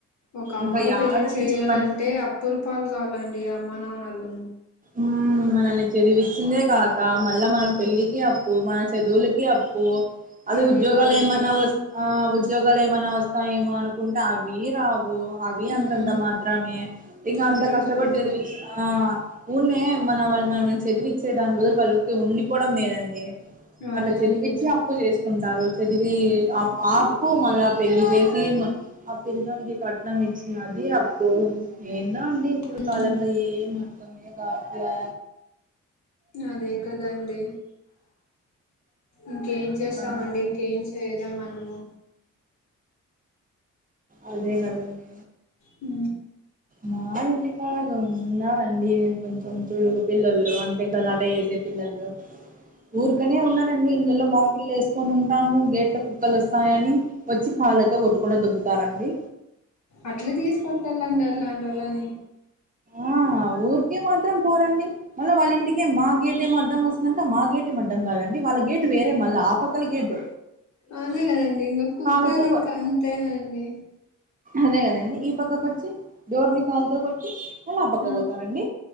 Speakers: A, on the left; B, on the right.
A: ఒక అమ్మాయి
B: ఇంకా యాడండి
A: పెళ్ళి చేయ్యాలంటే
B: చెప్పండి
A: అప్పుల పాలు కావాలండి అమ్మ నాన్నలు
B: ఊ మనల్ని చదివిస్తుందే కాక మళ్ళ మన పెళ్ళికి అప్పు మన చదువులకి అప్పు అది
A: అదే
B: ఉద్యోగాలు
A: కదండి
B: ఏమన్నా వస్ ఆ ఉద్యోగాలు ఏమనా వస్తాయేమో అనుకుంటే అవి రావ్ అవి అంతంత
A: మ్మ్
B: మాత్రమే ఇగా
A: అదే
B: అంత కష్టపడి
A: కదండి
B: చదివిచ్ ఆ ఊన్నే మన వాళ్ళు మన చదివిచ్చే దాని బదులు వాళ్ళు ఊరికే ఉండిపోవడం మేలండి
A: అదే
B: అలా చదివిచ్చి
A: అండి
B: అప్పు చేసుకుంటారు చదివి అప్ పాప్పు మళ్ళ పెళ్లి చేసి ఆ పిలనికి కట్నం ఇచ్చి అది అప్పు ఏందా అండి ఇప్పుడు
A: మ్మ్
B: కాలంలో ఏమి అర్థం కాట్లా
A: అదే కదండి ఇంకేం చేస్తామండి
B: ఆ
A: ఇంకేం లేరం మనము
B: అదే గదా అండీ
A: ఊ
B: మా ఇంటికిలాగా ఉన్నారండి కొంచెం చడుగు పిల్లలు అంతే గ ఆట చేసే పిల్లలు ఊరుకనే ఉన్నారండి ఇండ్లలో వాకిల్ వేసుకొని ఉంటాము గేట్ ఇట్లా కుక్కలు వస్తాయని వచ్చి కాలతో కొట్టుకుండా దుంపుతారండి
A: అట్లే తీసుకొట్టుంనారండి అలాంటి వాళ్ళని
B: ఆ ఊరికే మాత్రం పోరండి మళ్ళ వాళ్ళ ఇంటికే మా గేటేమో అడ్డం వస్తుందంట మా గేటేమ్ అడ్డం గాదండి వాళ్ళ గేట్ వేరే మళ్ళ ఆ పక్కల గేట్
A: అదే గదండి ఇంగ కుక్కలు
B: కాళ్ళతో
A: ఇంకా అంతేనండి
B: అదే గదండి ఈ పక్కకొచ్చి డోర్ ని కాల్తో గొట్టి వాల్లా పక్కకు
A: ఆ
B: పోతారండి